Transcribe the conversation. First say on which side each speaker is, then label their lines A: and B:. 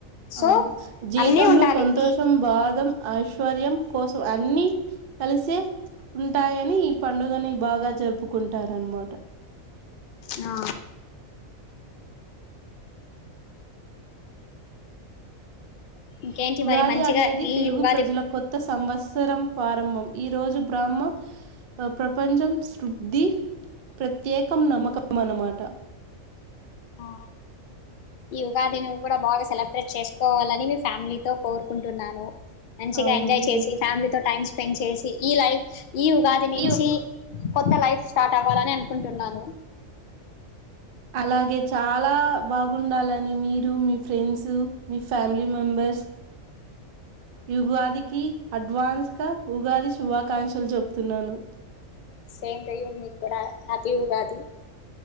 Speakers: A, on the left; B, on the right.
A: సో
B: అవును జీవితంలో
A: అన్నీ ఉండాలి
B: సంతోషం
A: తీ
B: బాధం ఐశ్వర్యం కోసం అన్ని కలిసే ఉంటాయని ఈ పండుగని బాగా జరుపుకుంటారన్నమాట
A: నా
B: అ <inaudible>
A: ఇంకేంటి
B: ఉగాది
A: మరి మంచిగా
B: అనేది
A: ఈ
B: తెలుగు
A: ఉగాది
B: ప్రజల కొత్త సంవత్స సరం ప్రారంభం ఈ రోజు బ్రహ్మ ప్రపంచం శుద్ధి ప్రత్యేకం నమ్మకం అన్నమాట
A: ఆ ఈ ఉగాదిని కూడా బాగా సెలబ్రేట్ చేసుకోవాలని మీ ఫ్యామిలీతో కోరుకుంటున్నాను మంచిగా
B: అవును
A: ఎంజాయ్ చేసి
B: జీ-
A: ఫ్యామిలీతో టైమ్ స్పెండ్ చేసి ఈ లైఫ్ ఈ ఉగాది నుంచి
B: ఈ
A: కొత్త లైఫ్ స్టార్ట్ అవ్వాలని అనుకుంటున్నాను
B: అలాగే చాలా బాగుండాలని మీరు మీ ఫ్రెండ్స్ మీ ఫ్యామిలీ మెంబర్స్ ఉగాదికి అడ్వాన్స్ గా ఉగాది శుభాకాంక్షలు చెప్తున్నాను
A: సేం టయూ మీ కూడా హ్యాపీ ఉగాది